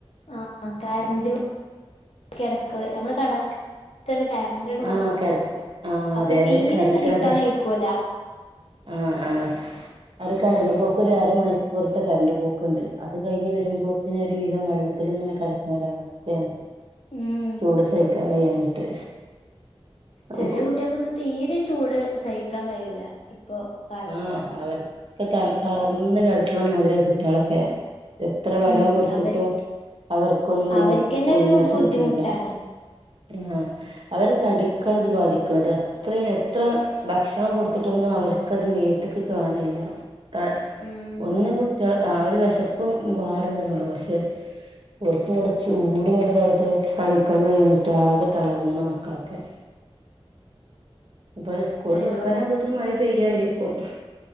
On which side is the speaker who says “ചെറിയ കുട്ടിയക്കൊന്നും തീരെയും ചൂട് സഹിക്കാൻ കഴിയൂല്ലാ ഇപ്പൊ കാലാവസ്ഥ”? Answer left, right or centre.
Left